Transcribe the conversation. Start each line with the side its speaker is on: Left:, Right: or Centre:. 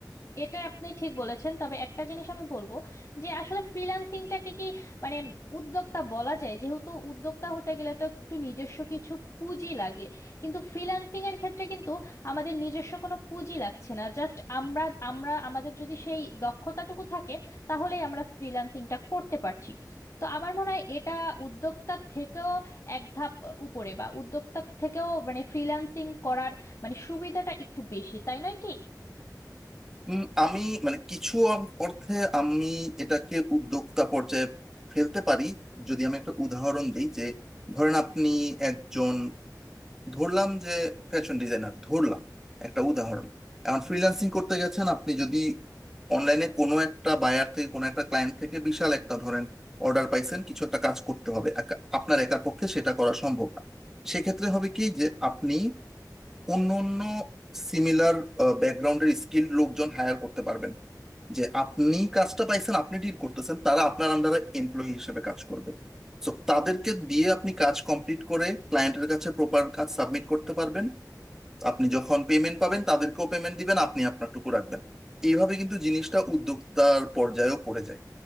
Left: এটা আপনি ঠিক বলেছেন তবে একটা জিনিস আমি বলবো যে আসলে ফ্রিল্যান্সিংটাকে কি মানে উদ্যোক্তা বলা যায় যেহেতু উদ্যোক্তা হতে গেলে তো একটু নিজস্ব কিছু পুঁজি লাগে কিন্তু ফ্রিল্যান্সিং এর ক্ষেত্রে কিন্তু আমাদের নিজস্ব কোনো পুঁজি লাগছে না জাস্ট আমরা আমরা আমাদের যদি সেই দক্ষতাটুকু থাকে তাহলেই আমরা ফ্রিল্যান্সিংটা করতে পারছি তো আমার মনে হয় এটা উদ্যোক্তার থেকেও এক ধাপ উপরে বা উদ্যোক্তার থেকেও মানে ফ্রিল্যান্সিং করার মানে সুবিধাটা একটু বেশি তাই নয় কি
Centre: উম, আমি মানে কিছু অং- অর্থে আমি এটাকে উদ্যোক্তা পর্যায়ে ফেলতে পারি যদি আমি একটা উদাহরণ দিই যে ধরেন আপনি একজন ধরলাম যে ফ্যাশন ডিজাইনার ধরলাম একটা উদাহরণ এখন ফ্রিল্যান্সিং করতে গেছেন আপনি যদি অনলাইনে কোনো একটা বায়ার থেকে কোনো একটা ক্লায়েন্ট থেকে বিশাল একটা ধরেন অর্ডার পাইছেন কিছু একটা কাজ করতে হবে একা- আপনার একার পক্ষে সেটা করা সম্ভব না সেক্ষেত্রে হবে কি যে আপনি অন্য অন্য সিমিলার ব্যাকগ্রাউন্ডের স্কিল লোকজন হায়ার করতে পারবেন যে আপনি কাজটা পাইছেন আপনি ডিড করতেছেন তারা আপনার আন্ডারে এমপ্লয়ি হিসেবে কাজ করবে সো তাদেরকে দিয়ে আপনি কাজ কমপ্লিট করে ক্লায়েন্টের কাছে প্রপার কাজ সাবমিট করতে পারবেন আপনি যখন পেমেন্ট পাবেন তাদেরকেও পেমেন্ট দিবেন আপনি আপনারটুকু রাখবেন এইভাবে কিন্তু জিনিসটা উদ্যোক্তার পর্যায়েও পড়ে যায়